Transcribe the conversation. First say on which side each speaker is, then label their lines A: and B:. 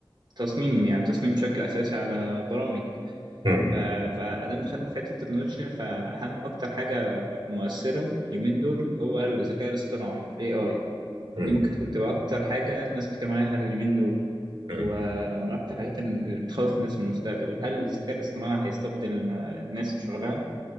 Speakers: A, on the right; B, on the right.
A: تصميم يعني تصميم بشكل اساسي على برامج
B: مم.
A: ف... فادام دخلنا في حته التكنولوجيا فاهم اكتر حاجه مؤثره اليومين دول هو الذكاء الاصطناعي الاي اي
B: مم.
A: دي ممكن تكون تبقى أكتر حاجة الناس بتتكلم عليها اليومين دول
B: مم.
A: ومن أكتر الحاجات اللي بتخوف الناس من المستقبل هل الذكاء الاصطناعي هيستبدل آه، الناس في شغلها؟